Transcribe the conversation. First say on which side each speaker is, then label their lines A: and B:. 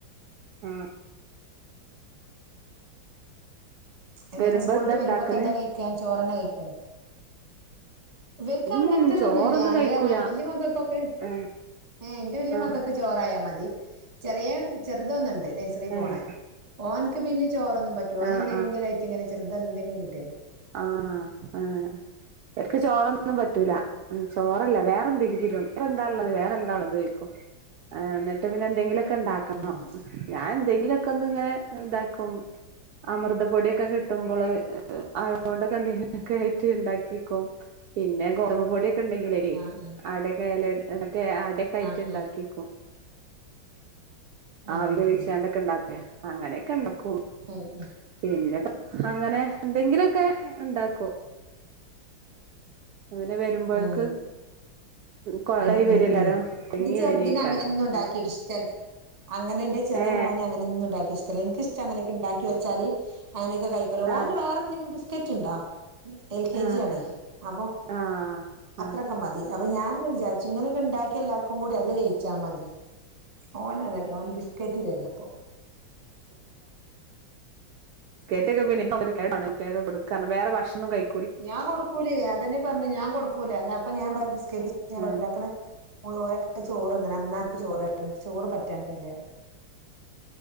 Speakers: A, on the right (about 80°); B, on the right (about 30°).
A: ആ
B: എങ്ങനെ
A: വരുമ്പോ
B: സ്കൂള്ട്ട്
A: എന്താ
B: വരുമ്പോക്കെ
A: ഇണ്ടാക്കല്
B: എന്താ കഴിക്കാ ചോറ്ന്നെ കഴിക്കൊ ഇവര്ക്ക്
A: ഉം
B: അങ്ങനത്തെതൊന്നുല്ല
A: ചോറൊന്നും
B: അന്റെ
A: കഴിക്കൂല
B: വല്യ മക്കക്കൊക്കെ
A: ഏഹ്
B: ഏ എന്റെ വലിയ
A: ആഹ്
B: മക്കക്ക് ചോറായാ മതി ചെറിയ ചെറുതൊന്ന്ണ്ട് നെയ്സറി പോണേ
A: ഏഹ്
B: ഓന്ക്ക് പിന്നെ ചോറൊന്നും പറ്റൂ ഓനെന്തെങ്കിലാ
A: ആഹ്
B: ചെറ്ത് എന്തെങ്കിലും
A: ആ ആ ഇവർക്ക് ചോറൊന്നും പറ്റൂല ചോറല്ല വേറെന്തെങ്കിലും വേറെന്താള്ള വേറെന്താള്ളതോയിക്കും ആ ന്ന്ട്ട് പിന്നെ എന്തെങ്കിലോ ക്കെണ്ടാക്കണം
B: ആഹ്
A: ഞാൻ എന്തെങ്കിലൊക്കൊന്ന് ഇങ്ങനെ ഇതാക്കും അമൃതപ്പൊടിയൊക്കെ കിട്ടുമ്പള് അഹ് അതൊണ്ടൊക്കെ എന്തെങ്കിലൊക്കെ ആയിട്ട് ഇണ്ടാക്കിക്കും പിന്നെ ഗോതമ്പ് പൊടി ക്കെണ്ടേങ്കിലെ
B: ആഹ്
A: അട എല മറ്റേ അടേക്കായിട്ട്
B: ആഹ്
A: ഇണ്ടാക്കിക്കും
B: ആഹ് ആഹ്
A: ആവി
B: ആഹ്
A: വേവിച്ചാണ്ടൊക്കെണ്ടാവൂലെ
B: ആഹ്
A: അങ്ങനെയൊക്കെണ്ടാക്കും
B: ആഹ് ആഹ്
A: പിന്നെ അങ്ങനെ എന്തെങ്കിലൊക്കെണ്ടാക്കും അവന് വരുമ്പോഴേക്ക്
B: ആഹ്
A: കൊളായി
B: ഉം
A: വരും
B: ഉം
A: എല്ലാരും
B: ഉം
A: കുടുങ്ങി
B: ഇന്റെ ചെറ്തിന്
A: വരേക്കാരം
B: അങ്ങനെ ഒന്നുണ്ടാക്കിട്ട്
A: അപ്പൊ പിന്നെ
B: ഇഷ്ട്ടല്ല അങ്ങനെ ഇന്റെ ചെറിയ
A: ഏ
B: മോന് അങ്ങനെന്നും ഇണ്ടാക്കിയ ഇഷ്ട്ടല്ല ഇന്ക്ക് ഇ ന്ക്ക് അങ്ങനെയൊക്കെ ഇണ്ടാക്കി വെച്ചാല് അങ്ങനെയൊക്കെ കഴിക്കല് ഓന്
A: ആഹ്
B: വേറെന്തെങ്കി ബിസ്ക്കറ്റ്ണ്ടോ എൽ കെ
A: ആഹ്
B: ജി ആണേ അപ്പൊ
A: ആഹ്
B: അത്രക്കെ
A: ആഹ്
B: മതി അപ്പൊ ഞാനെന്നെ വിചാരിച്ചു ഇങ്ങനെയൊക്കെണ്ടാക്കി എല്ലാർക്കും കൂടി അത് കഴിച്ചാ മതി ഓന് അതല്ല ഓന് ബിസ്കറ്റ് തരിയിപ്പൊ
A: ബിസ്കറ്റക്കെ പിന്നെ <unintelligible> കൊടുക്ക വേറെ ഭക്ഷണോന്നും കഴി
B: ഞാൻ കൊടുക്കൂലേ അതെന്നെ പറഞ്ഞ ഞാൻ കൊടുക്കൂല അപ്പൊ ഞാൻ ബിസ്കറ്റ് <unintelligible>
A: ആഹ്
B: ഓരൊക്കെതാ ചോറ്ന്ന്ണ് എന്നാ അനക്ക് ചോറേരാ ചോറ് പറ്റാഞ്ഞിട്ടല്ലേറിം